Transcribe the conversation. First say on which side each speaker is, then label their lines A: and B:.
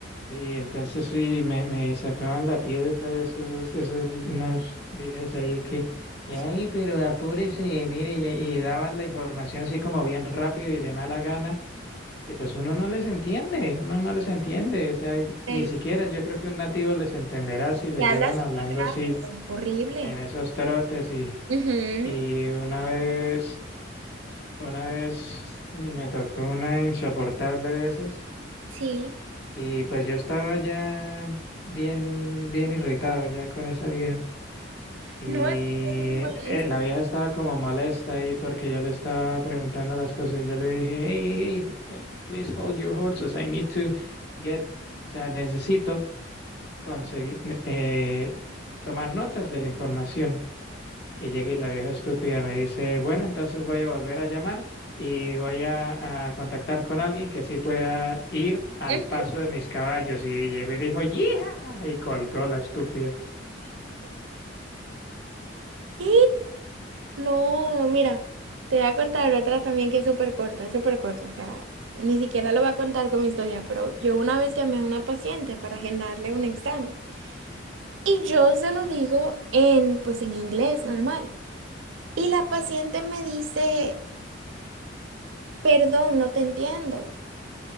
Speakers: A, on the left (about 55°); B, on the right (about 75°).
A: Y entonces sí, me, me sacaban la piedra esos, esos unos viejas ahí que, que,
B: Sí,
A: ay, pero apúrese, mire, y, y daban la información así como bien rápido y de mala gana. Y pues uno no les entiende, uno no les entiende, o sea, y ni
B: eh,
A: siquiera yo creo que un nativo les entenderá si le
B: y habla
A: llegan
B: súper
A: hablando así
B: rápido, horrible.
A: en esos trotes y,
B: Ujú,
A: y una vez, una vez y me tocó una insoportable de esas
B: Sí,
A: y pues yo estaba ya bien, bien irritado ya con esa vieja. Y
B: No, eso es muy molesto.
A: eh, la vieja estaba como molesta ahí porque yo le estaba preguntando las cosas. y Yo le dije, hey, hey, hey, ho- eh, please hold your horses. I need to get, o sea, necesito conseguir, eh, tomar notas de la información. Y llega y la vieja estúpida me dice, bueno, entonces voy a volver a llamar y voy a, a contactar con alguien que sí pueda ir al
B: <laughs>
A: paso de mis caballos. Y llegó y dijo, ¡yija! Y colgó la estúpida.
B: ¿qué? No, mira, te voy a contar otra también que es súper corta, súper corta. O sea, ni siquiera lo voy a contar con mi historia, pero yo una vez llamé a una paciente para agendarle un examen. Y yo se lo digo en, pues en inglés normal. Y la paciente me dice, perdón, no te entiendo.